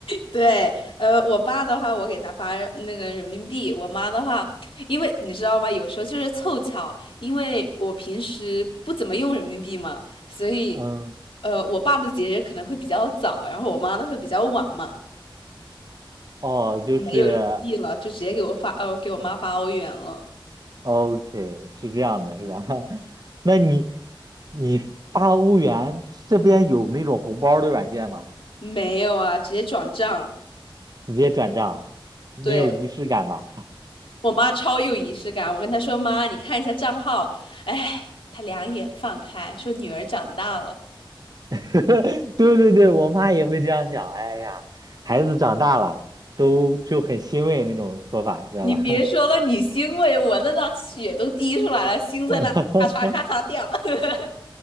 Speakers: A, on the left; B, on the right.
A: 对，呃，我爸的话，我给他发那个人民币；我妈的话，因为你知道吗？有时候就是凑巧，因为我平时不怎么用人民币嘛，所以，
B: 嗯，
A: 呃，我爸的节日可能会比较早，然后我妈的会比较晚嘛。
B: 哦，就是
A: 没有人民币了，就直接给我发，呃，给我妈发欧元了。
B: OK，是这样的，是吧？<laughs> 那你你发欧元这边有那种红包的软件吗？
A: 没有啊，直接转账。
B: 直接转账，没有仪式感吧？
A: 对，我妈超有仪式感，我跟她说：“妈，你看一下账号。”哎，她两眼放开，说：“女儿长大了。”
B: <laughs> 对对对，我妈也会这样想。哎呀，孩子长大了，都就很欣慰那种说法，知道吧？
A: 你别说了，你欣慰，我那张血都滴出来了，心在那里咔嚓咔嚓掉。
B: <laughs>
A: <laughs>